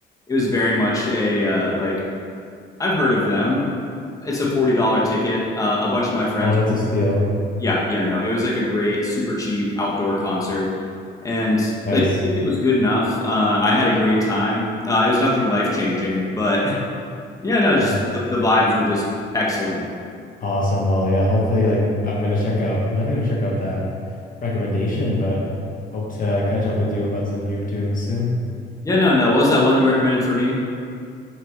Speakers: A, on the left; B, on the left.
A: It was very much a uh, like I've heard of them. It's a forty dollar ticket. Uh, a bunch of my friends.
B: Oh, that's a steal.
A: Yeah, yeah, no, it was like a great, super cheap outdoor concert, and
B: Nice.
A: like I think it was good enough. Uh, I had a great time. Uh, it was nothing life changing, but <laughs> yeah, no, just
B: Yeah.
A: the, the vibes were just excellent.
B: Awesome. Well, yeah, hopefully like I'm gonna check out nothing gonna check out that recommendation, but hope to catch up with you about some new tunes soon.
A: Yeah, no, no. What was that one you recommended for me?